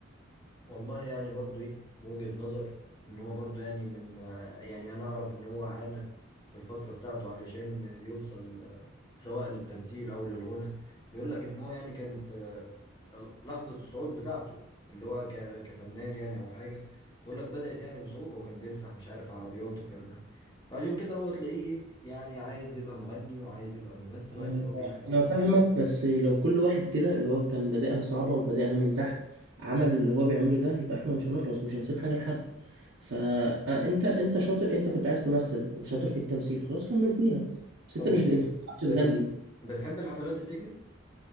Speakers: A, on the left; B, on the right.
A: والله يعني برضو ايه وجهة نظر ان هو برضو يعني من آه، يعني انا اعرف ان هو عانى في الفترة بتاعته علشان آه، يوصل آه، سواء للتمثيل او للغنى بيقول لك ان هو يعني كانت آه، لحظة الصعود بتاعته اللي هو ك- كفنان يعني او حاجة بيقول لك بدأت يعني بصعوبة وكان بيمسح مش عارف عربيات وكان فعشان كده هو تلاقيه ايه يعني عايز يبقى مغني وعايز يبقى ممثل
B: آه،
A: وعايز يبقى كل حاجة
B: انا فاهمك بس لو كل واحد كده اللي هو كان بادئها صعبة وبادئها من تحت عمل اللي هو بيعمله ده يبقى احنا مش هنخلص ومش هنسيب حاجة لحد فانت انت شاطر انت كنت عايز تمثل وشاطر في التمثيل خلاص كمل فيها بس
A: طب
B: انت مش
A: بت...
B: ب- انت ما بتعرفش
A: بت...
B: تغني
A: بتحب الحفلات التكنو؟